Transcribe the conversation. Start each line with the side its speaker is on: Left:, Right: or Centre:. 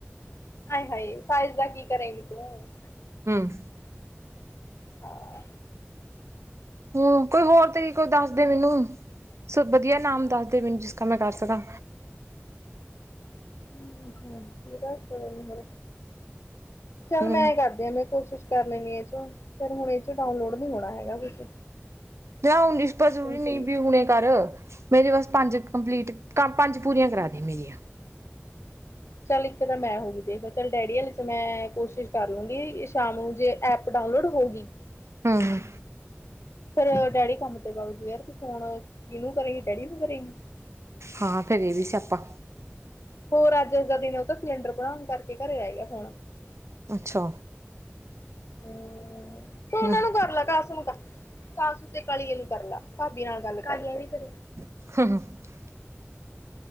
Left: ਹਾਏ ਹਾਏ ਸਾਇਜ਼ ਦਾ ਕੀ ਕਰੇਗੀ ਤੂੰ।
Right: ਹੂੰ,
Left: ਹਾਂ
Right: ਹੂੰ। ਕੋਈ ਹੋਰ ਤਰੀ ਕੋ ਦੱਸ ਦੇ ਮੈਨੂੰ ਸ ਵਧੀਆ ਨਾਮ ਦੱਸਦੇ ਮੈਨੂੰ ਜਿਸਕਾ ਮੈਂ ਕਰ ਸਕਾਂ।
Left: ਹੂੰ ਹੂੰ ਇਹਦਾ ਸੁ ਹੋ ਚੱਲ
Right: ਹੂੰ
Left: ਮੈਂ ਕਰਦੇ ਆ ਮੈਂ ਕੋਸ਼ਿਸ਼ ਕਰ ਲੈਣੀ ਇਹ ਚੋਂ ਫਿਰ ਹੁਣ ਇਹ ਚੋਂ ਡਾਊਨਲੋਡ ਨੀ ਹੋਣਾ ਹੈਗਾ ਕੁਛ।
Right: ਜਾ ਪੁਛਪਾ ਜ਼ਰੂਰੀ ਨੀ
Left: ਸਹੀ
Right: ਬ ਹੁਣੇ ਕਰ ਮੇਰੇ ਬਸ ਪੰਜ ਕੰਪਲੀਟ ਕੰ ਪੰਜ ਪੂਰੀਆਂ ਕਰਾ ਦੇ ਮੇਰੀਆਂ
Left: ਚੱਲ ਇੱਕ ਤਾਂ ਮੈਂ ਹੋਗੀ, ਦੇਖ ਚੱਲ ਡੈਡੀ ਹਾਲੇ ਚ ਮੈਂ ਕੋਸ਼ਿਸ਼ ਕਰ ਲੂੰਗੀ ਸ਼ਾਮ ਨੂੰ ਜੇ ਐਪ ਡਾਊਨਲੋਡ ਹੋ ਗਈ।
Right: ਹਂ, ਹਂ।
Left: ਫਿਰ ਡੈਡੀ ਕੰਮ ਤੇ ਬਗਜੂ ਯਾਰ ਤੂੰ ਫੋਨ ਕਿਹਨੂੰ ਕਰੇਂਗੀ ਡੈਡੀ ਨੂੰ ਕਰੇਂਗੀ।
Right: ਹਾਂ, ਫਿਰ ਇਹ ਵੀ ਸਿਆਪਾ।
Left: ਹੋਰ ਅੱਜ ਉਸ ਦਾ ਦਿਨ ਉਹ ਤਾਂ ਸਿਲੰਡਰ ਭਰਾਉਣ ਕਰਕੇ ਘਰੇ ਰਹਿ ਗਿਆ ਫੋਨ।
Right: ਅੱਛਾ।
Left: ਹੂੰ ਤੂੰ ਉਹਨਾਂ
Right: ਹੂੰ
Left: ਨੂੰ ਕਰ ਲੈ <inaudible> ਕਾਸੂ ਤੇ ਕਲੀਏ ਨੂੰ ਕਰਲਾ ਭਾਬੀ ਨਾਲ ਗੱਲ ਕੇ।
Right: <unintelligible>